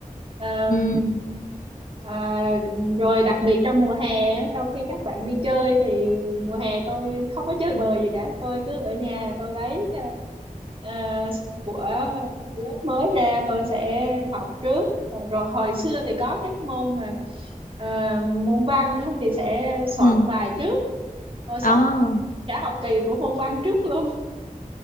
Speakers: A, on the right (about 40°); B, on the left (about 70°).
A: Ờ,
B: Ừ.
A: À, rồi đặc biệt trong mùa hè á, trong khi các bạn đi chơi thì mùa hè tôi không có chơi bời gì cả tôi cứ ở nhà tôi lấy à, à, của lớp mới ra tôi sẽ học trước rồi, rồi hồi xưa thì có cái môn mà à, môn văn á, thì sẽ soạn
B: Ừ.
A: bài trước tôi soạn
B: À.
A: cả học kỳ của môn văn trước luôn